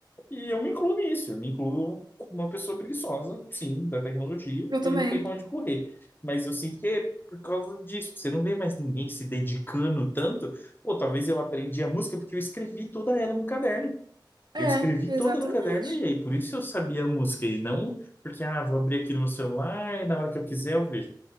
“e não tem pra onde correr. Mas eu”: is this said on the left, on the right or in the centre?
Left